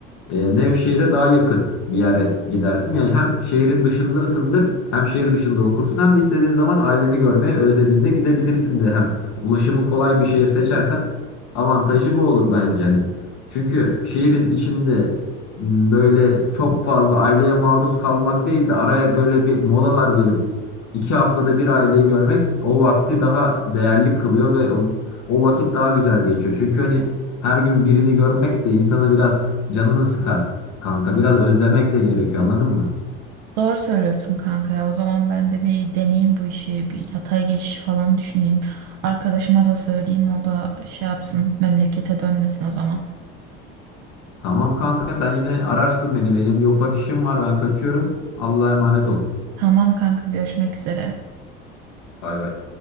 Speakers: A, on the left; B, on the right.
A: e, Nevşehir'e daha yakın bir yere gidersin. Yani hem şehrin dışındasındır, hem şehir dışında okursun, hem de istediğin zaman aileni görmeye özlediğinde gidebilirsin de hem ulaşımı kolay bir şehir seçersen avantajı bu olur bence hani. Çünkü şehrin içinde m, böyle çok fazla aileye maruz kalmak değil de araya böyle bir molalar verip iki haftada bir aileyi görmek o vakti daha değerli kılıyor ve o, o vakit daha güzel geçiyor. Çünkü hani her gün birini görmek de insana biraz canını sıkar kanka. Biraz özlemek de gerekiyor anladın mı?
B: Doğru söylüyorsun kanka ya. O zaman ben de bir deneyeyim bu işi. Bir yatay geçiş falan düşüneyim. Arkadaşıma da söyleyeyim o da şey yapsın memlekete dönmesin o zaman.
A: Tamam kanka sen yine ararsın beni. Benim bir ufak işim var ben kaçıyorum. Allah'a emanet ol.
B: Tamam kanka görüşmek üzere.
A: Bay bay.